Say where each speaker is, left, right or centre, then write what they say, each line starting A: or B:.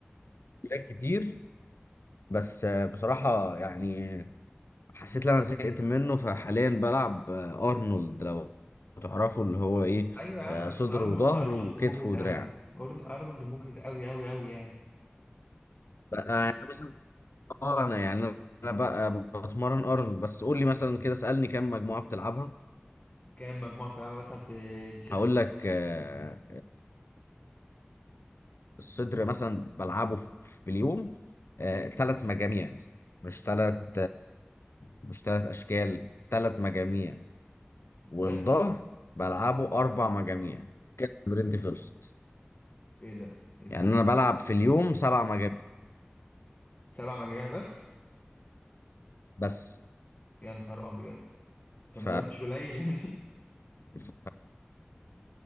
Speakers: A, on the left; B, on the left.
A: بلاك كتير بس آه، بصراحة يعني حسيت ان انا زهقت منه فحاليا بلعب آه، ارنولد لو تعرفوا اللي هو ايه
B: ايوه يا عم
A: آه، صدر
B: بس ارنولد
A: وظهر
B: ارنولد
A: وكتف
B: مجهد
A: ودراع
B: قوي أرن- ارنولد مجهد قوي قوي قوي يعني
A: بقى يعني مثلا اه انا يعني انا بقى بتمرن ارنولد بس قول لي مثلا كده اسألني كم مجموعة بتلعبها
B: كام مجموعه بتلعبها مثلا في الشيست
A: هقول
B: والظهر
A: لك آه، الصدر مثلا بلعبه في اليوم ثلاث مجاميع مش ثلاث مش ثلاث اشكال ثلاث مجاميع
B: بس
A: والظهر بلعبه اربع مجاميع كده تمرينتي خلصت
B: ايه ده إت-
A: يعني انا
B: إت-
A: بلعب في اليوم سبع مجاميع
B: سبع مجاميع بس
A: بس
B: يا نهار ابيض طب
A: ف...
B: ما ده مش قليل يا ابني
A: ف...